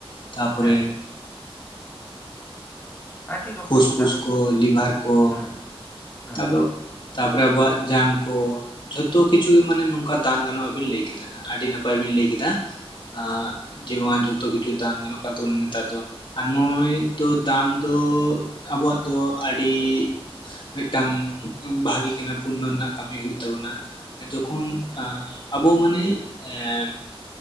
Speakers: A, on the left; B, on the left.
A: ᱛᱟᱯᱚᱨᱮ᱾
B: ᱦᱮᱸ ᱟᱹᱰᱤ ᱨᱚᱠᱚᱢ
A: ᱯᱷᱩᱥᱯᱷᱩᱥ
B: ᱡᱟᱦᱟᱸ
A: ᱠᱚ ᱞᱤᱵᱷᱟᱨ ᱠᱚ᱾
B: ᱦᱩᱸ ᱦᱩᱸ
A: ᱟᱫᱚ ᱛᱟᱯᱚᱨᱮ ᱟᱵᱚᱣᱟᱜ ᱡᱟᱝ ᱠᱚ ᱡᱷᱚᱛᱚ ᱠᱤᱪᱷᱩ ᱢᱟᱱᱮ ᱱᱚᱝ᱾ ᱚᱝᱠᱟ ᱫᱟᱱ ᱜᱟᱱᱚᱜᱼᱟ ᱵᱤᱱ ᱞᱟᱹᱭ ᱠᱮᱫᱟ ᱱᱟᱦᱚᱜ ᱟᱹᱰᱤ ᱱᱟᱯᱟᱭ ᱵᱤᱱ ᱞᱟᱹᱭ ᱠᱮᱫᱟ ᱾ ᱟᱸᱜ ᱡᱮ ᱵᱟᱝ ᱡᱚᱛᱚ ᱠᱤᱪᱷᱩ ᱫᱟᱱ ᱜᱟᱱᱚᱜ ᱠᱟᱱ ᱛᱟᱵᱚᱱᱟ ᱱᱮᱛᱟᱨ ᱫᱚ, ᱟᱨ ᱱᱩᱭ ᱛᱚ ᱫᱟᱱ ᱫᱚ ᱟᱵᱚᱣᱟᱜ ᱫᱚ ᱟᱹᱰᱤ ᱢᱤᱫᱴᱟᱝ ᱵᱷᱟᱜᱮ ᱠᱟᱱᱟ ᱯᱩᱱᱱᱚ ᱱᱟᱜ ᱠᱟᱹᱢᱤ ᱦᱩᱭᱩᱜ ᱛᱟᱵᱚᱱᱟ, ᱡᱚᱠᱷᱚᱱ ᱟᱸ ᱟᱵᱚ ᱢᱟᱱᱮ ᱮᱸᱻ